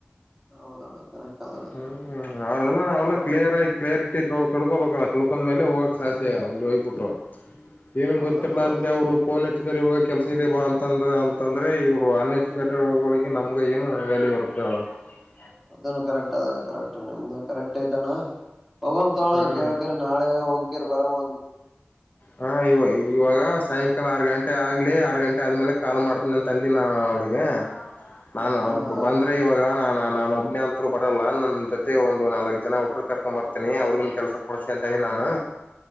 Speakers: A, in the centre; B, on the left.
A: ಹೌದಣ್ಣ ಕರೆಕ್ಟ್ ಅದಣ್ಣ
B: ಹ್ಮ ಹ್ಮ ಅವ್ರಲ್ಲ ನಾವೆಲ್ಲ ಕ್ಲಿಯರ್ ಆಗ ಕ್ಲಿಯರಿಟಿ ತಿಳ್ಕೋಬೇಕಲ್ಲ ತಿಳ್ಕೊಂಡ ಮೇಲೆ ಹೋಗ ಸಾಧ್ಯ ಅಲ್ಲಿ ಹೋಗ್ಬಿಟ್ಟ ಏನನು
A: ಹೌದಣ್ಣ
B: ಗೊತ್ತಿರ್ಲಾರ್ದ
A: ಹೌದೌದು
B: ಅವರು ಪನ ಇವಾಗ ಕೆಲಸ ಇದೆ ಬಾ ಅಂತಂದ ಅಂತಂದ್ರೆ ಇವರು ಅನ್ ಎಜುಕೇಟೆಡ್ಗಳಿಗೆ ನಮ್ಗ ಏನು ವ್ಯಾಲ್ಯೂ ಇರುತ್ತೆ <unintelligible>
A: ಅದನ್ನು ಕರೆಕ್ಟ್ ಅದಾನ ಕರೆಕ್ಟ್ ನಿಮ್ದು ಕರೆಕ್ಟ್ ಐತಣ್ಣ ಹೋಗಮ ತೋಣ
B: ಹ್ಮ್
A: ಕೇಳ್ಕರ ನಾಳೆ ಹೋಗ್ಕರ್ ಬರಮ್ಮಂಗ
B: ಹಾ ಇವ ಇವಾಗ ಸಾಯಂಕಾಲ ಆರ್ ಗಂಟೆ ಆಗ್ಲಿ ಆರ್ ಗಂಟೆ ಆದ್ಮೇಲೆ ಕಾಲ್ ಮಾಡ್ತನಿ ನ ತಂದಿ ನಾ ಅವಳಿಗೆ ನಾನು
A: ಹಾ ಹಾ
B: ಬಂದ್ರೆ
A: ಆಯ್ತು
B: ಇವಾಗ ನಾನ ನ ಒಬ್ಬನ ಅಂತರು ಬರಲ್ಲ ನನ್ ಜೊತೆ ಒಂದು ನಾಲ್ಕ್ ಜನ ಹಡರು ಕರ್ಕೊಂಡ್ ಬರ್ತೇನಿ ಅವ್ರಿಗನ್ ಕೆಲಸ ಕೊಡ್ಸ ಅಂತನಿ ನಾನು